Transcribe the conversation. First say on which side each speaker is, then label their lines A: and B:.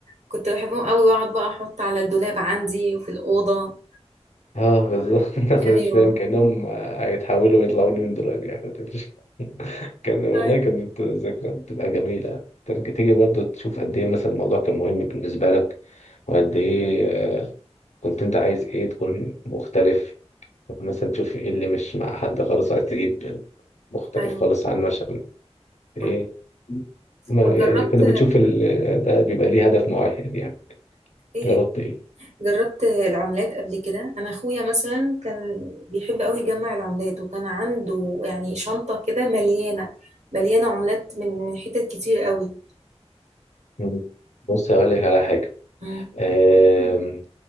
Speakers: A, on the right (about 80°); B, on the left (about 90°).
A: كنت بحبهم قوي واقعد بقى احط على الدولاب عندي وفي الاوضه
B: اه بالظبط <laughs> انا
A: ايوه
B: مش فاهم كانهم آه، هيتحولوا ويطلعوا لي من دولاب يعني أنا مش- <laughs> كان والله
A: أيوة
B: كانت ذكريات بتبقى جميله ترجع تيجي برضو تشوف قد ايه مثلا الموضوع كان مهم بالنسبه لك وقد ايه آه، كنت انت عايز ايه تكون مختلف مثلا تشوف ايه اللي مش مع حد خالص عايز تجيب مختلف
A: ايوه
B: خالص عنه عشان ايه
A: صح.
B: ما
A: طب
B: يعني
A: جربت
B: كنا بتشوف ال... آه، ده بيبقى ليه هدف معين يعني
A: ايه
B: جربت ايه
A: جربت العملات قبل كده انا اخويا مثلا كان بيحب قوي يجمع العملات وكان عنده يعني شنطه كده مليانه مليانه عملات من من حتت كتير قوي
B: مم. بص هقول لك على حاجه
A: مم.
B: آم،